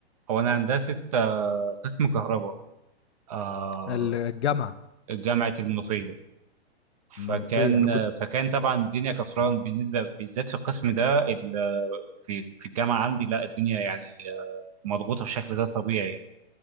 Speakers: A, on the right (about 35°); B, on the left (about 85°).
A: هو أنا هندسة آه، قسم كهرباء آه
B: ال- الجامعة
A: جامعة المنوفية
B: المنوفية
A: فكان
B: انا كنت
A: آه، فكان طبعا الدنيا كفران بالنسبة بالذات في القسم ده ال- في في الجامعة عندي لا الدنيا يعني آه، مضغوطة بشكل غير طبيعي يعني.